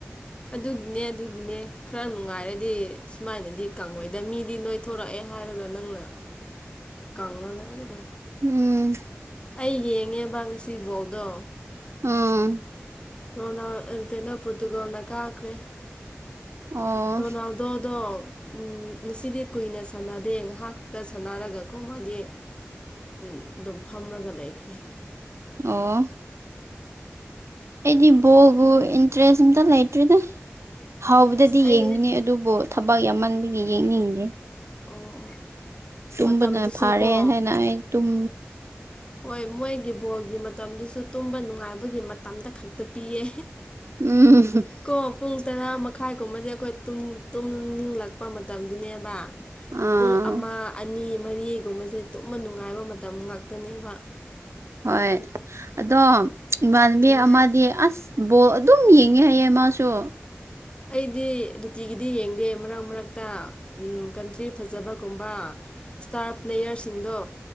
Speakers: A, on the left; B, on the right.
A: ꯑꯗꯨꯒꯤꯅꯦ ꯑꯗꯨꯒꯤꯅꯦ ꯈꯔ ꯅꯨꯡꯉꯥꯏꯔꯗꯤ ꯁꯨꯃꯥꯏꯅꯗꯤ ꯀꯪꯉꯣꯏꯗ ꯃꯤꯗꯤ ꯅꯣꯏ ꯊꯣꯔꯛꯑꯦ ꯍꯥꯏꯔꯒ ꯅꯪꯅ
B: <inaudible>
A: ꯀꯪꯉꯒ ꯂꯩꯩꯔꯦ
B: ꯎꯝ
A: ꯑꯩ ꯌꯦꯡꯉꯦꯕ ꯉꯁꯤ ꯕꯣꯜꯗꯣ
B: ꯎꯝ
A: ꯔꯣꯅꯥ ꯑꯥ ꯀꯩꯅꯣ ꯄꯣꯔꯇꯨꯒꯜꯅ ꯀꯥꯈ꯭ꯔꯦ
B: ꯑꯣ
A: ꯔꯣꯅꯥꯜꯗꯣꯗꯣ ꯎꯝ ꯉꯁꯤꯗꯤ ꯀꯨꯏꯅ ꯁꯥꯟꯅꯗꯦ ꯉꯍꯥꯛ ꯈꯛꯇ ꯁꯥꯟꯅꯔꯒꯀꯣ ꯃꯥꯗꯤ ꯎꯝ ꯗꯨꯝ ꯐꯝꯔꯒ ꯂꯩꯈ꯭ꯔꯦ꯫
B: ꯑꯣ ꯑꯩꯗꯤ ꯕꯣꯜꯕꯨ ꯏꯟꯇꯔꯦꯁ ꯑꯝꯇ ꯂꯩꯇ꯭ꯔꯦꯗ ꯍꯥꯎꯕꯗꯗꯤ
A: ꯑꯁ ꯑꯩ
B: ꯌꯦꯡꯕꯅꯤ ꯗꯨꯕꯨ ꯊꯕꯛ ꯌꯥꯝꯃꯟꯕꯒꯤ ꯌꯦꯡꯅꯤꯡꯗꯔ꯭ꯦ
A: ꯑꯣ ꯑꯣ
B: ꯇꯨꯝꯕꯅ
A: ꯃꯇꯝꯗꯨꯁꯨ
B: ꯐꯥꯔꯦ
A: ꯀꯣ
B: ꯍꯥꯏꯅ ꯑꯩ ꯇꯨꯝ
A: ꯍꯣꯏ ꯃꯣꯏꯒꯤ ꯕꯣꯜꯒꯤ ꯃꯇꯝꯗꯨꯁꯨ ꯇꯨꯝꯕ ꯅꯨꯡꯉꯥꯏꯕꯒꯤ ꯃꯇꯝꯗ ꯈꯛꯇ ꯄꯤꯌꯦ
B: ꯎꯝ
A: ꯀꯣ ꯄꯨꯡ ꯇꯔꯥ ꯃꯈꯥꯏꯒꯨꯝꯕꯗꯤ ꯑꯩꯈꯣꯏ ꯇꯨꯝ ꯇꯨꯝꯅꯤꯡꯂꯛꯄ ꯃꯇꯝꯗꯨꯅꯦꯕ
B: ꯑꯥ
A: ꯄꯨꯡ ꯑꯃ ꯑꯅꯤ ꯃꯔꯤꯒꯨꯝꯕꯁꯦ ꯇꯨꯝꯅ ꯅꯨꯡꯉꯥꯏꯕ ꯃꯇꯝ ꯉꯥꯛꯇꯅꯦꯕ
B: ꯍꯣꯏ ꯑꯗꯣ ꯏꯃꯥꯟꯕꯤ
A: ꯎꯝ
B: ꯑꯃꯗꯤ ꯑꯁ ꯕꯣꯜ ꯑꯗꯨꯝ ꯌꯦꯡꯉꯦ ꯍꯥꯏꯌꯦ ꯃꯥꯁꯨ
A: ꯑꯩꯗꯤ ꯅꯨꯇꯤꯒꯤꯗꯤ ꯌꯦꯡꯗꯦ ꯃꯔꯛ ꯃꯔꯛꯇ ꯎꯝ ꯀꯟꯇ꯭ꯔꯤ ꯐꯖꯕꯒꯨꯝꯕ ꯁꯇ꯭ꯥꯔ ꯄ꯭ꯂꯦꯌꯔꯁꯤꯡꯗꯣ